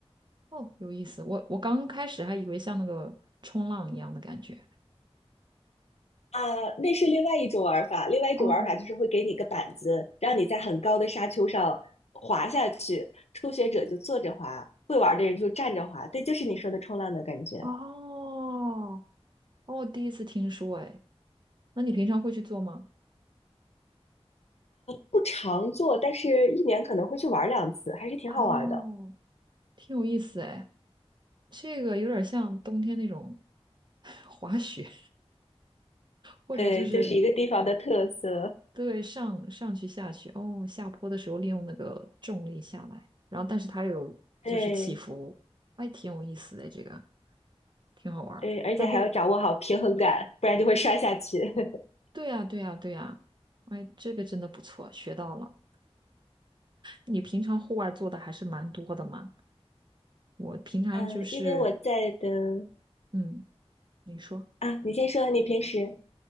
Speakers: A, on the right; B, on the left.
A: 哦，有意思。我我刚开始还以为像那个冲浪一样的感觉。
B: 啊，那是另外一种玩法。另外一种玩法就是会给你一个板子，
A: 哦
B: 让你在很高的沙丘上滑下去。初学者就坐着滑，会玩的人就站着滑。对，就是你说的冲浪的感觉。
A: 哦哦，第一次听说，哎，那你平常会去做吗？
B: 不常做，但是一年可能会去玩两次，还是挺好玩的。
A: 哦挺有意思哎，这个有点像冬天那种 <laughs> 滑雪，或者就是
B: 对，这是一个地方的特色。
A: 对上上去下去，哦，下坡的时候利用那个重力下来，然后但是它有就是起伏，
B: 对
A: 哎，挺有意思的这个，挺好玩儿。
B: 对，而且还要掌握好平衡感，
A: 但后
B: 不然就会摔下去。<laughs>
A: 对呀，对呀，对呀，哎，这个真的不错，学到了。你平常户外做的还是蛮多的嘛，我平常就是，
B: 嗯，因为我在的
A: 嗯，你说。
B: 啊，你先说，你平时